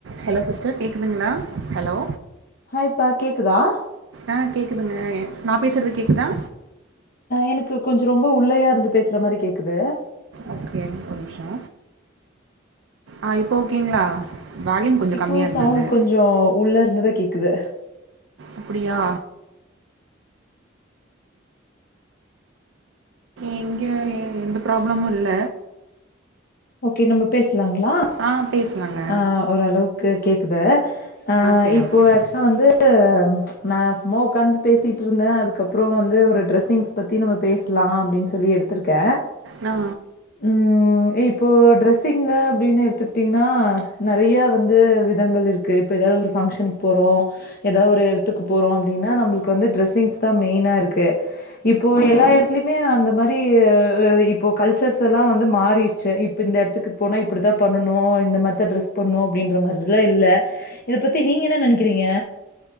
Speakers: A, on the right (about 75°); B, on the left (about 50°).
A: ஹலோ சிஸ்டர் கேக்குதுங்களா ஹலோ
B: ஹாய்ப்பா கேக்குதா
A: ஆ கேட்குதுங்க நான் பேசுறது கேக்குதா
B: எனக்கு கொஞ்சம் ரொம்ப உள்ளயா இருந்து பேசுற மாரி கேட்குது
A: அப்டியா ஒரு நிமிஷோ ஆ இப்போ ஓகேங்களா வால்யூம் கொஞ்சோ
B: இப்போ
A: கம்மியா இருந்தது
B: சவுண்ட் கொஞ்சம் உள்ளே இருந்துதா கேக்குது
A: அப்டியா இங்கே எந்த ப்ராப்ளமும் இல்ல
B: ஓகே நம்ம பேசலாங்களா
A: ஆ பேசலாங்க
B: ஆ ஓரளவுக்கு கேக்குது ஆ
A: சேரி
B: இப்ப
A: ஓகே
B: வந்து நான் சும்மா ஒக்காந்து பேசிட்டு இருந்தே அதுக்கப்புறோ வந்து ஒரு ட்ரெஸ்ஸிங்ஸ் பத்தி நம்ம பேசலாம் அப்டின்னு சொல்லி எடுத்திருக்கே
A: ஆ
B: ம் இப்போ ட்ரெஸ்ஸிங்ல அப்டின் எடுத்துகிட்டீங்கன்னா நெறய வந்து விதங்கள் இருக்கு இப்ப ஏதாது ஒரு ஃபங்க்ஷனுக் போறோம் ஏதா ஒரு எடத்துக்கு போறோம் அப்டின்னா நம்மளுக்கு வந்து ட்ரெஸ்ஸிங்ஸ் தான் மெயினா இருக்கு இப்போ எல்லா எடத்துலயுமே அந்த மாதிரி இப்போ கல்ச்சர்ஸ் எல்லா வந்து மாறிருச்சு இப்ப இந்த எடத்துக்கு போனா இப்டிதான் பண்ணனு இந்த மாதிரி ட்ரெஸ் பண்ணும் அப்டின்ற மாதிரில்லாம் இல்ல இத பத்தி நீங்க என்ன நெனக்கிறீங்க